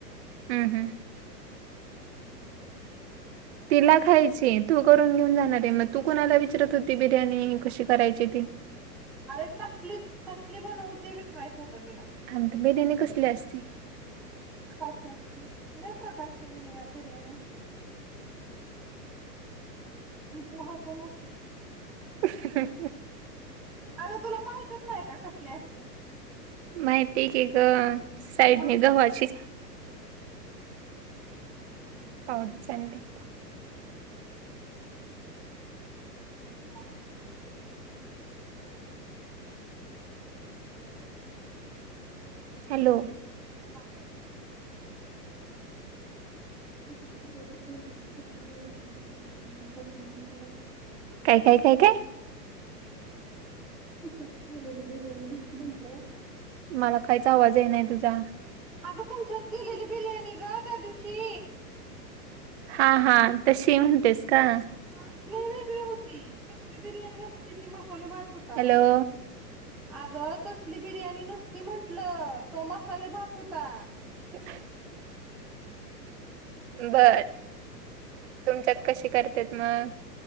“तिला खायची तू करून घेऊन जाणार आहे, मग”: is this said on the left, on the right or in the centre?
Right